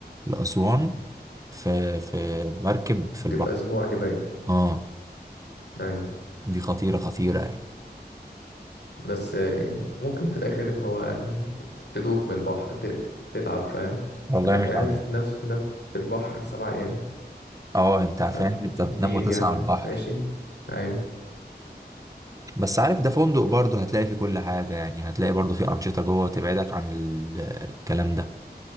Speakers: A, on the right; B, on the left.
A: لأسوان في في مركب في البحر
B: تبقى اسبوع دي باين
A: اه
B: ايوه
A: دي خطيرة خطيرة يعني
B: بس آه، ممكن في الاخر ان هو آه، تدوخ من البحر ت- تتعب فاهم
A: والله
B: انك
A: مش
B: قاعد
A: عارف
B: في نفس نفس في البحر سبع ايام
A: اه انت فاهم
B: أو
A: انت تنام
B: في النيل
A: وتصحى
B: يعني
A: على البحر
B: ماشي ايوه
A: بس عارف ده فندق برضه هتلاقي فيه كل حاجة يعني هتلاقي برضه فيه أنشطة جوه تبعدك عن ال- الكلام ده